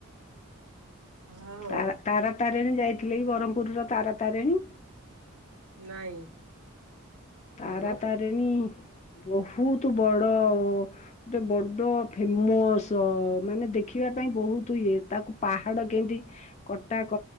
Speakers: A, on the right; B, on the left.
A: ହଁ ହଉ
B: ତାରା ତାରା ତାରିଣୀ ଯାଇଥିଲେ କି? ବ୍ରହ୍ମପୁରର ତାରା ତାରିଣୀ?
A: ନାଇଁ
B: ତାରା
A: ମୁଁ
B: ତାରିଣୀ ବହୁତ ବଡ ଗୋଟେ ବଡ ଫେମସ ମାନେ ଦେଖିବା ପାଇଁ ବହୁତ ଇଏ, ତାକୁ ପାହାଡ କେମତି କଟା କ